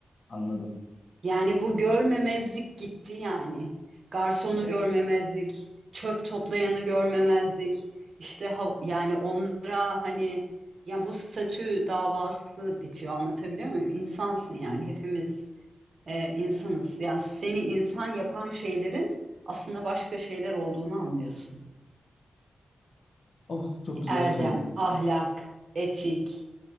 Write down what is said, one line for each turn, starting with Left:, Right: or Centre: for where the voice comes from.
Left: Anladım.
Right: Yani bu görmemezlik gitti yani. Garsonu
Left: <laughs>
Right: görmemezlik, çöp toplayanı görmemezlik. İşte ha- yani onlara hani yani bu statü davası bitiyor anlatabiliyor muyum? İnsansın yani
Left: Hı hı.
Right: hepimiz e, insanız. Yani seni insan yapan şeylerin aslında başka şeyler olduğunu anlıyorsun.
Left: Oh çok güzel
Right: Erdem,
Left: söyledin
Right: ahlak,
Left: ya.
Right: etik,